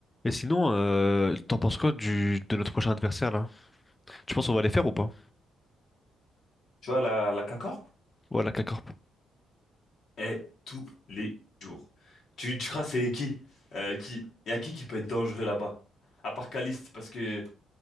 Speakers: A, on the left; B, on the left.
A: Mais sinon, euh, t'en penses quoi du, de notre prochain adversaire là? Tu penses qu'on va les faire ou pas?
B: Tu vois, la, la K-Corp
A: Voilà, la K-Corp.
B: est tous les jours. Tu, tu crois c'est qui? Euh, qui? Y a qui qui peut être dangereux là-bas? À part Caliste, parce que